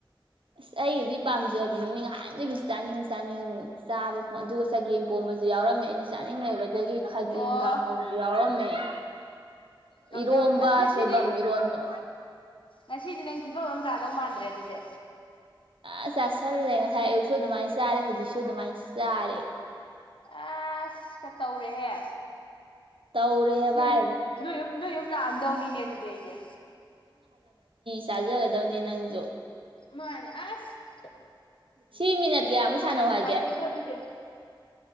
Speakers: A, on the right; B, on the left.
A: ꯑꯁ ꯑꯩꯗꯤ ꯄꯥꯝꯖꯕꯅꯤꯅꯦ ꯉꯥꯏꯍꯥꯟꯗꯒꯤ ꯆꯥꯅꯤꯡ ꯆꯥꯅꯤꯡ ꯆꯥꯕ ꯑꯣ ꯑꯗꯨꯒ ꯆꯒꯦꯝ ꯄꯣꯝꯕꯁꯨ ꯌꯥꯎ ꯑꯩꯅ ꯆꯥꯅꯤꯡꯉꯦꯕ ꯑꯗꯒꯤ ꯈꯥꯖꯤꯡ
B: ꯑꯣ
A: ꯀꯥꯡꯍꯧ ꯌꯥꯎꯔꯝꯃꯦ ꯑ
B: ꯀꯝꯗꯧ
A: ꯏꯔꯣꯝꯕ
B: ꯑꯁ ꯉꯁꯤꯗꯤ
A: ꯁꯣꯏꯕꯝ ꯏꯔꯣꯟꯕ
B: ꯉꯁꯤꯗꯤ ꯅꯪ ꯐꯤꯕꯝ ꯑꯃ ꯇꯥꯗꯧ ꯃꯥꯟꯗ꯭ꯔꯦ ꯑꯗꯨꯗꯤ
A: ꯑ ꯆꯁꯟ ꯂꯩꯅ ꯈꯥꯏ ꯁ ꯑꯗꯨꯃꯥꯏꯅ ꯆꯥꯔꯦ ꯍꯧꯖꯤꯛꯁꯨ ꯑꯗꯨꯃꯥꯏꯅ ꯆꯥꯔꯦ
B: ꯑꯁ ꯀ ꯇꯧꯔꯦꯍꯦ
A: ꯇꯧꯔꯦꯍꯦ
B: ꯅ
A: ꯚꯥꯏ
B: ꯅ ꯅ ꯌꯅ ꯑꯗꯅꯤꯅꯦ ꯑꯗꯨꯗꯦꯗ
A: ꯆꯥꯖꯒ ꯑꯗꯨꯗꯕꯅꯤ ꯅꯪꯖꯣ
B: ꯃꯥꯅꯦꯦ ꯑꯁ
A: ꯁꯅꯤ ꯁꯤ ꯃꯤꯅꯠ ꯀꯌꯥ ꯑꯃꯨꯛ
B: ꯋꯥꯈꯜ
A: ꯁꯥꯟꯅꯧ
B: ꯌꯥꯝ ꯅꯨꯡꯉꯥꯏꯇꯦꯕꯣ
A: ꯍꯥꯏꯒꯦ
B: ꯑꯗꯨꯗꯤ